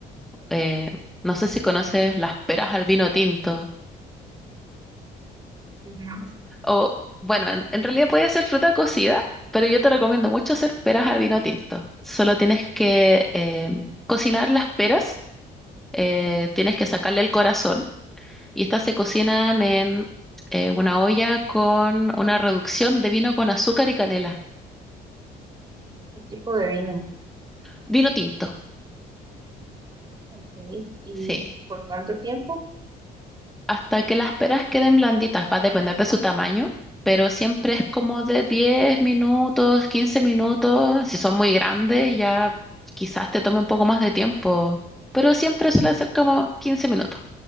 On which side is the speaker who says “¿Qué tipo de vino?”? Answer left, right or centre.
Right